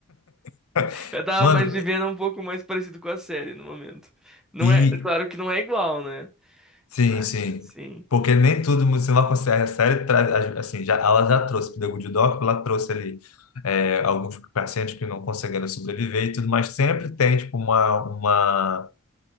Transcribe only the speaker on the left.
<laughs>
Mano,
e
Sim,
sim.
Porque nem tudo você não consegue. A série traz, assim, já, ela já trouxe para o The Good Doctor, ela trouxe ali é, alguns pacientes que não conseguiram sobreviver e tudo, mas sempre tem tipo uma, uma